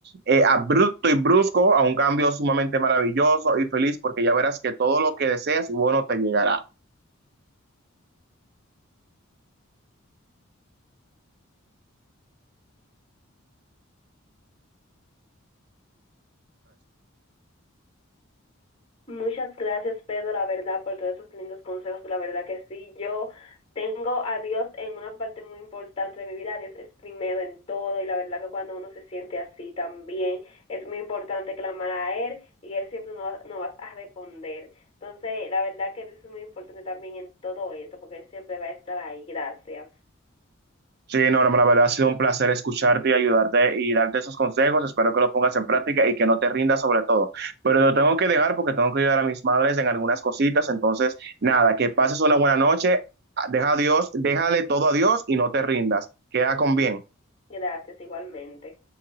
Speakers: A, on the right (about 50°); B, on the left (about 25°).
A: eh, abrupto y brusco a un cambio sumamente maravilloso y feliz, porque ya verás que todo lo que deseas, bueno, te llegará.
B: Muchas gracias, Pedro, la verdad, por todos esos lindos consejos. La verdad que sí, yo tengo a Dios en una parte muy importante de mi vida. Dios es primero en todo y la verdad que cuando uno se siente así también es muy importante clamar a Él y Él siempre nos va, nos va a responder. Entonces, la verdad que Dios es muy importante también en todo esto porque Él siempre va a estar ahí. Gracias.
A: Sí, no, no, la verdad ha sido un placer escucharte y ayudarte y darte esos consejos. Espero que los pongas en práctica y que no te rindas sobre todo. Pero lo tengo que dejar porque tengo que ayudar a mis madres en algunas cositas. Entonces, nada, que pases una buena noche. Deja a Dios, déjale todo a Dios y no te rindas. Queda con bien.
B: Gracias igualmente.